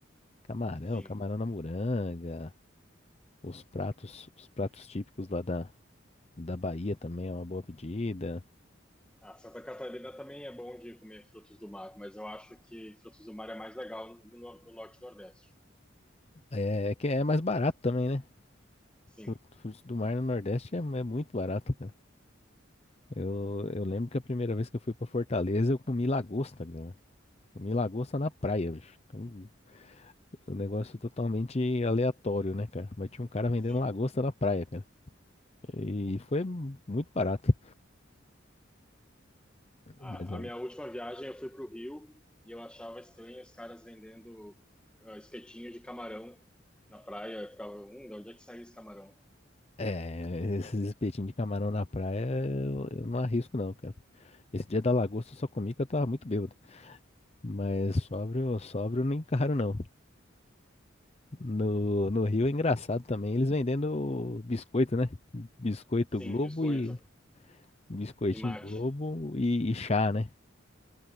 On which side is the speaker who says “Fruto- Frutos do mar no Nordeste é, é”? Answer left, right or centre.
Left